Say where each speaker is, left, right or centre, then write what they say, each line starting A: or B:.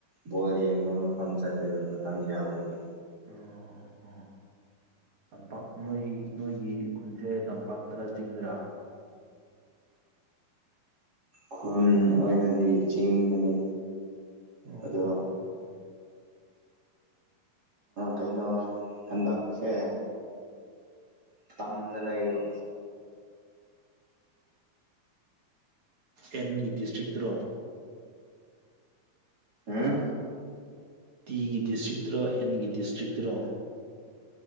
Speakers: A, on the right; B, on the right.
A: ꯕꯣꯜ ꯌꯦꯡꯕ ꯃꯐꯝ ꯆꯠꯇꯕ ꯃꯇꯝ ꯌꯥꯎꯔꯗꯤ
B: ꯑꯣ ꯑꯣ ꯇꯝꯄꯥꯛ ꯅꯣꯏ ꯅꯣꯏꯒꯤ ꯈꯨꯟꯁꯦ ꯇꯝꯄꯥꯛꯇꯔꯥ ꯆꯤꯡꯗꯔꯥ
A: ꯈꯨꯟ ꯑꯣꯏꯅꯗꯤ ꯆꯤꯡꯗꯅꯤ
B: ꯑꯣ
A: ꯑꯗꯣ ꯀꯩꯅꯣ ꯍꯟꯗꯛꯁꯦ ꯇꯝ ꯂ ꯍꯥꯏꯕ
B: ꯑꯦꯟꯒꯤ ꯗꯤꯁꯇ꯭ꯔꯤꯛꯇꯔꯣ
A: ꯍꯥ
B: ꯇꯤꯒꯤ ꯗꯤꯁꯇ꯭ꯔꯤꯛꯇꯔꯣ ꯑꯦꯟꯒꯤ ꯗꯤꯁꯇ꯭ꯔꯤꯛꯇꯔꯣ